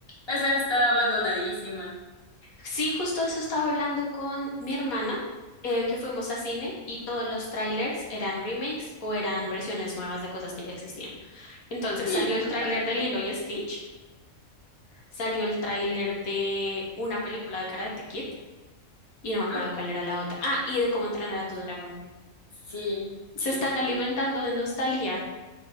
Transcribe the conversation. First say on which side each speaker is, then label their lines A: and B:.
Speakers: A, on the left; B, on the left.
A: esa está abandonadísima.
B: Sí, justo eso estaba hablando con mi hermana, eh, que fuimos a cine y todos los trailers eran remakes o eran versiones nuevas de cosas que ya existían. Entonces
A: Sí,
B: salió el
A: total.
B: tráiler de Lilo y Stitch, salió el tráiler de una película de Karate Kid y no me acuerdo
A: Ujú,
B: cuál era la otra. Ah, y de cómo entrenar a tu dragón.
A: Sí,
B: Se
A: sí,
B: están
A: muy.
B: alimentando de nostalgia.